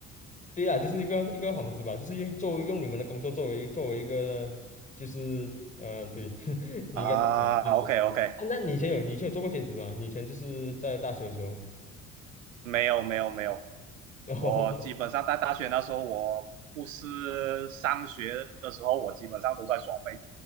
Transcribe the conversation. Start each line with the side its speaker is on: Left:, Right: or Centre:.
Left: 对呀，就是一个一个幌子吧，就是用作为用你们的工作作为作为一个就是呃，对，<laughs> 你应该懂的对对啊，
Right: 啊，OK OK，
Left: 那你以前有你以前有做过兼职吗？你以前就是在大学的时候，
Right: 没有没有没有，
Left: <laughs>
Right: 我基本上在大学那时候，我不是上学的时候，我基本上都在耍废，